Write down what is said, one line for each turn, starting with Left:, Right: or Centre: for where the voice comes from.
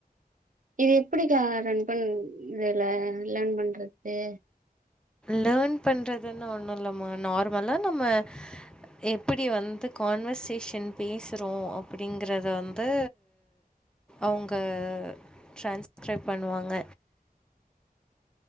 Right: இதிப் எப்டிக்கா ரன் பன் வேல லேன் பண்றது
Centre: லேர்ன் பண்றதுன்னு ஒண்ணு இல்லமா நார்மலா நம்ம எப்டி வந்து கான்வர்சேஷன் பேசுறோ அப்டிங்கறத வந்து அவுங்க டிரான்ஸ்கிரைப் பண்ணுவாங்க